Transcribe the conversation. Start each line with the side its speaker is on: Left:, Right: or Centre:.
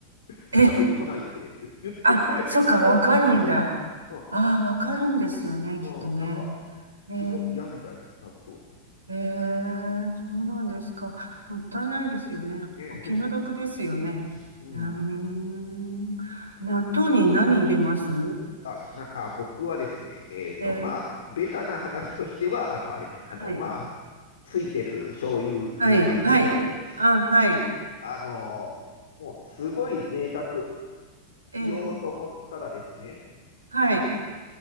Left: 近くに来ないでくれって言って、
Right: え、え、
Left: 言ってえこれ、
Right: あ、そっか、
Left: 真顔で言ってましたよ。
Right: わかるんだ。
Left: うん、
Right: ああ、わかるんですよね、
Left: うん、
Right: きっとね。
Left: なんか、
Right: ええ、
Left: すごい嫌みたいです、納豆って。
Right: ええ、そうなんですか。もったいないですよね。
Left: ねえ
Right: お気の毒ですよね。
Left: <laughs> うん。
Right: うーん。納豆に何入れます
Left: あ、ちな、あ、僕はですね、えっと、
Right: ええ、
Left: まあ、ベタな話としては、あの、あれですね、
Right: はい、
Left: あの、まあ、ついてる醤油入れますけど、
Right: はい、はい。あ、はい。
Left: あのもうすごい贅沢しようと思ったらですね、
Right: ええ、はい。